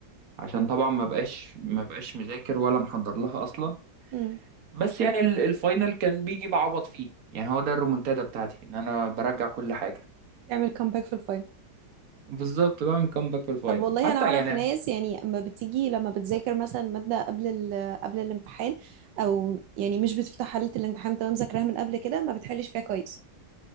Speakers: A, on the right; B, on the right.
A: عشان
B: <laughs> مم.
A: طبعا ما بقاش ما بقاش مذاكر ولا محضر لها اصلا
B: مم.
A: بس يعني ال- الفاينل كان بيجي بعوض فيه يعني هو ده الرومنتادا بتاعتي ان انا برجع كل حاجه
B: تعمل كامباك في الفاينل
A: بالظبط بعمل كومباك في الفاينل
B: طب والله
A: حتى
B: انا اعرف
A: يعني
B: ناس يعني اما بتيجي لما بتذاكر مثلا ماده قبل ال- قبل الامتحان او يعني مش بتفتح حله الامتحان تمام مذاكراها من قبل كده ما بتحلش فيها كويس